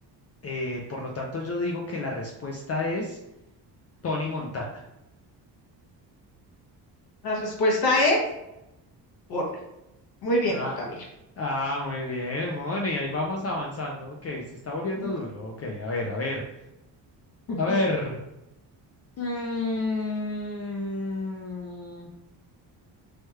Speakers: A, on the left (about 35°); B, on the left (about 60°).
A: Eh, por lo tanto, yo digo que la respuesta es Tony Montana.
B: La respuesta es corre. Muy bien,
A: Ah,
B: Juan Camilo.
A: ah, muy bien, Moni, ahí vamos avanzando. Ok, se está volviendo
B: Bueno.
A: duro. Ok, a ver, a ver,
B: <laughs>
A: a ver. Mm,